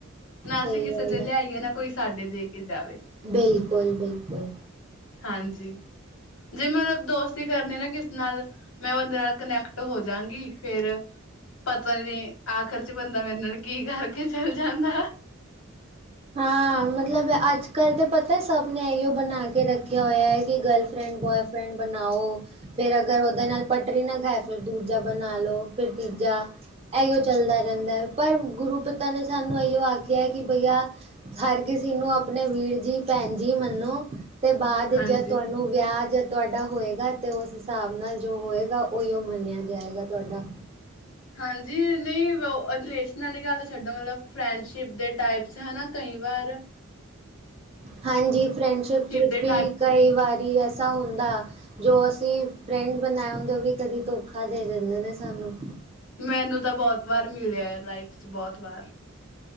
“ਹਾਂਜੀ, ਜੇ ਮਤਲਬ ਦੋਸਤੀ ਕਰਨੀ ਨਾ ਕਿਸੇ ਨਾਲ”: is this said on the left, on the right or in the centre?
Left